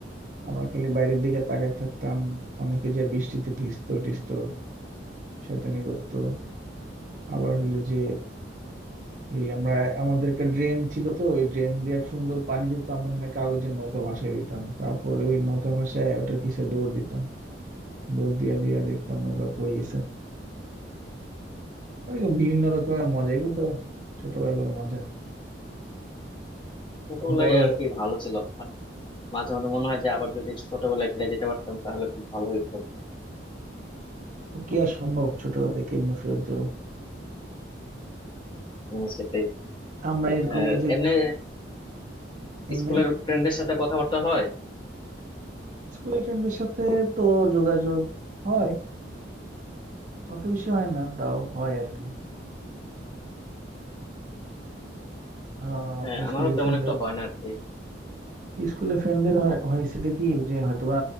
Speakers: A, on the right; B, on the left.
A: আমরা খালি বাইরের দিকে তাকায় থাকতাম অনেকে যে বৃষ্টিতে ভিজতো টিজতো শয়তানি করতো আবার হইলো যে এই আমরা আমাদের একটা ড্রেন ছিল তো ওই ড্রেন দিয়ে এক সুন্দর পানি যেত আমরা ওখানে কাগজের নৌকা ভাসিয়ে দিতাম তারপরে ওই নৌকা ভাসায় ওটার পিছে দৌড় দিতাম দৌড় দিয়া দিয়া দেখতাম নৌকা কই গেছে এরকম বিভিন্ন রকমের মজা এগুলো তো ছোটবেলার মজা
B: ছোটবেলায়
A: বড়
B: আর কি ভালো ছিল আর মাঝে মাঝে মনে হয় যে আবার যদি ছোটবেলায় ফিরে যেতে পারতাম তাহলে খুব ভালো হইতো
A: কি আর সম্ভব ছোটবেলায় কেমনে ফেরত যাবো
B: উম, সেটাই
A: আমরা এরকম
B: আহ,
A: এই যে
B: এমনি
A: এমনি
B: স্কুলের ফ্রেন্ডের সাথে কথাবার্তা হয়
A: স্কুলের ফ্রেন্ডদের সাথে তো যোগাযোগ হয় অত বেশি হয় না তাও হয় আর কি আহ
B: হ্যাঁ আমারও
A: স্কুলের
B: তেমন
A: ফ্রেন্ডের
B: একটা হয় না আর কি
A: স্কুলে ফ্রেন্ডদের হয়েছেটা কি যে হয়তোবা